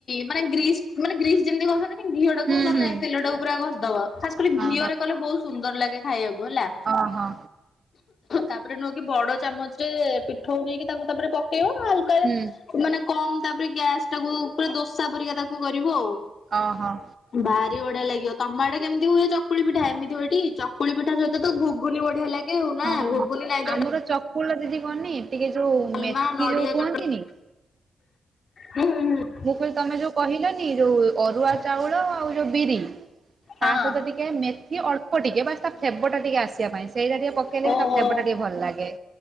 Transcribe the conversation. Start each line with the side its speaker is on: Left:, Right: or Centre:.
Left: ମାନେ ଗ୍ରୀସ୍ ମାନେ ଗ୍ରୀସ୍ ଯେମିତି ଘସନ୍ତି। ଘିଅ ଟାକୁ
Right: ହୁଁ
Left: ନହଲେ
Right: ହୁଁ
Left: ତେଲଟାକୁ ପୁରା ଘସିଦବ ଖାସ୍ କରି
Right: ହଁ
Left: ଘିଅରେ କଲେ ବହୁତ ସୁନ୍ଦର ଲାଗେ ଖାଇବାକୁ ହେଲା।
Right: ଓ ହ।
Left: ତାପରେ ନୁହେଁକି ବଡ ଚାମଚ୍ ରେ ପିଠୋଉ ନେଇକି ତାକୁ ତାପରେ ପକେଇବ ନ ହଲେ ତ
Right: ହୁଁ।
Left: ମାନେ କମ ତାପରେ ଗ୍ୟାସ ଟାକୁ ପୁରା ଦୋସା ପରିକା ତାକୁ କରିବ ଆଉ।
Right: ଅ ହ।
Left: ଭାରି ବଢିଆ ଲାଗିବ ତମାଆଡେ କେମିତି ହୁଏ ଚକୁଳି ପିଠା ଏମିତି ହୁ ଏଟି? ଚକୁଳିି ପିଠା ସହିତ ତ ଗୁଗୁନି ବଢିଆ ଲାଗେ। ଆଉ ନା
Right: ହଁ
Left: ଘୁଗୁନି ନାଇଁ ତ
Right: ଆମର ଚକୁଳି ଦିଦି କନେ ଟିକେ ଯୋଉ
Left: ଡାଲମା
Right: ମେଥି
Left: ନଡିଆ
Right: ଯୋଉ କୁହନ୍ତିନି।
Left: ଚଟଣି ହୁଁ ହୁଁ।
Right: ମୁଁ କହିଲି ତମେ ଯୋଉ କହିଲନି ଯୋଉ ଅରୁଆ ଚାଉଳ ଆଉ ଯୋଉ ବିରି ତା
Left: ହଁ
Right: ସହିତ ଟିକେ ଟିକେ ମେଥି ଅଳ୍ପ ଟିକେ ବା ତା ଫେବ ଟା ଟିକେ ଆସିବା ପାଇଁ ସେଇଟା ଟିକେ ପ ଦେଲେ
Left: ଓହୋ
Right: ବି ତା ଫେବଟା ଟିକେ ଭଲ ଲାଗେ।